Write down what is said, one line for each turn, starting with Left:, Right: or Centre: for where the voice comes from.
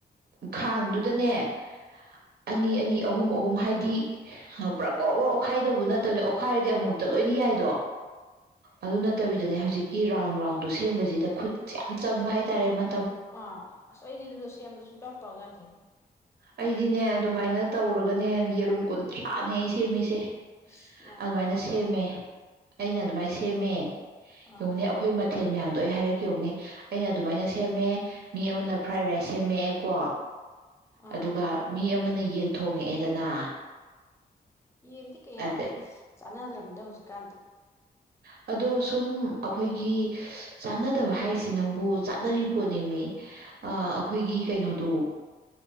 Right: ꯈꯥꯡꯗꯨꯗꯅꯦ ꯑꯅꯤ ꯑꯅꯤ ꯑꯍꯨꯝ ꯑꯍꯨꯝ ꯍꯥꯏꯗꯤ ꯄꯨꯔꯥ ꯒꯣꯔꯣ ꯒꯣꯔ ꯑꯣꯠꯈꯥꯏꯗꯧꯕ ꯅꯠꯇꯕꯅꯦ ꯑꯣꯠꯈꯥꯏꯔꯗꯤ ꯑꯃꯨꯛꯇ ꯂꯣꯏꯅ ꯌꯥꯏꯗꯣ ꯑꯗꯨ ꯅꯠꯇꯕꯤꯗꯅꯦ ꯍꯧꯖꯤꯛꯀꯤ ꯔꯥꯎꯟ ꯔꯥꯎꯟꯗꯣ ꯁꯦꯝꯕꯁꯤꯗ ꯈꯨꯠ <unintelligible> ꯆꯪꯕ ꯍꯥꯏ ꯇꯥꯔꯦ ꯃ
Left: ꯑꯥ ꯑꯁ ꯑꯩꯗꯤ ꯑꯗꯨꯗ ꯁꯦꯝꯕꯗ ꯁꯨꯡꯇꯧ ꯇꯧ ꯌꯥꯗꯦꯕ
Right: ꯑꯩꯗꯤꯅꯦ ꯑꯗꯨꯃꯥꯏꯅ ꯇꯧꯔꯒꯅꯦ ꯌꯦꯔꯨꯝ ꯀꯨꯟꯊ꯭ꯔꯥꯅꯦ ꯑꯩ ꯁꯦꯃꯤꯁꯦ
Left: ꯑꯁ ꯌꯥꯝ
Right: ꯑꯗꯨꯃꯥꯏꯅ
Left: ꯌꯥꯝꯃꯤꯍꯦ
Right: ꯁꯦꯝꯃꯦ ꯑꯩꯅ ꯑꯗꯨꯃꯥꯏꯅ ꯊꯦꯃꯦ
Left: ꯑꯥ
Right: ꯌꯦꯡꯉꯣꯅꯦ ꯑꯩꯈꯣꯏ ꯃꯊꯦꯜ ꯃꯌꯥꯝ ꯇꯣꯏ ꯍꯥꯏꯔꯛ ꯌꯧꯅꯦ ꯑꯩꯅ ꯑꯗꯨꯃꯥꯏꯅ ꯁꯦꯝꯃꯦ ꯃꯤ ꯑꯃꯅ ꯐ꯭ꯔꯥꯏ ꯔꯥꯏꯁ ꯁꯦꯝꯃꯛꯑꯦ ꯀꯣ
Left: ꯑꯥ
Right: ꯑꯗꯨꯒ ꯃꯤ ꯑꯃꯅ ꯌꯦꯟ ꯊꯣꯡꯉꯛꯑꯦꯗꯅ
Left: ꯌꯦꯟꯗꯤ ꯀꯌꯥ
Right: ꯑꯗꯩ
Left: ꯆꯥꯟꯅꯗ꯭ꯔꯃꯤꯗ ꯍꯧꯖꯤꯛꯀꯥꯟꯗꯤ
Right: ꯑꯗꯣ ꯁꯨꯝ ꯑꯩꯈꯣꯏꯒꯤ ꯆꯥꯟꯅꯗꯕ ꯍꯥꯏꯁꯦ ꯅꯪꯕꯨ ꯆꯥꯅꯔꯤ ꯄꯣꯠꯅꯦꯃꯤ ꯑꯩꯈꯣꯏꯒꯤ ꯀꯩꯅꯣꯗꯣ